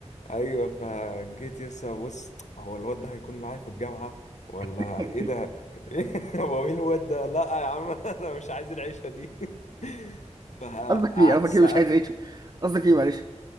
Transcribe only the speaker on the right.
<laughs>
قصدك ايه قصدك
ايه مش عايز اعيش قصدك ايه معلش